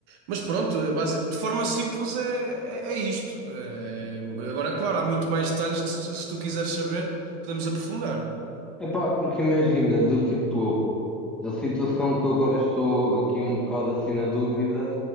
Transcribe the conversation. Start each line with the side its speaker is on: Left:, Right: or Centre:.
Right: Mas pronto, base- de forma simples é, é, é isto. É, agora, claro, há muito mais detalhes que se, se tu quiseres saber, podemos aprofundar.
Centre: Epá, porque imagina, do tipo, a situação que eu agora estou aqui um bocado assim na dúvida